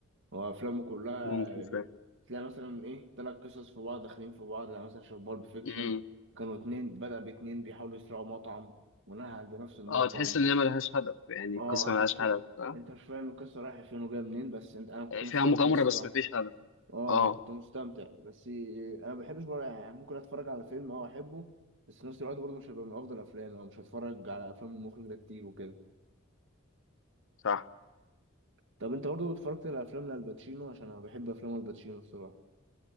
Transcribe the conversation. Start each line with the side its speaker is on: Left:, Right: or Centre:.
Right: هو افلامه كلها
Left: ممكن فعلا
Right: ب- تلاقي مثلا ايه تلات قصص في بعض داخلين في بعض يعني مثلا شبه بالب فيكشن
Left: امم
Right: كانوا اتنين بدأ باتنين بيحاولوا يسرقوا مطعم ونهى عند نفس النقطة
Left: اه تحس ان هي ملهاش هدف يعني
Right: اه
Left: القصة
Right: انت
Left: ملهاش
Right: مش فا...
Left: هدف اه؟
Right: انت مش فاهم القصه رايحه فين وجايه منين بس انت انا كنت
Left: يعني
Right: مستمتع
Left: فيها مغامرة
Right: الصراحه
Left: بس مفيش هدف
Right: اه
Left: اه
Right: انا كنت مستمتع بس انا ما بحبش بقى يعني ممكن اتفرج على فيلم اه احبه بس في نفس الوقت برضه مش هيبقى من افضل افلامي او مش هتفرج على افلام المخرج ده كتير وكده
Left: صح
Right: طب انت برضه اتفرجت على افلام لالباتشينو عشان انا بحب افلام الباتشينو الصراحه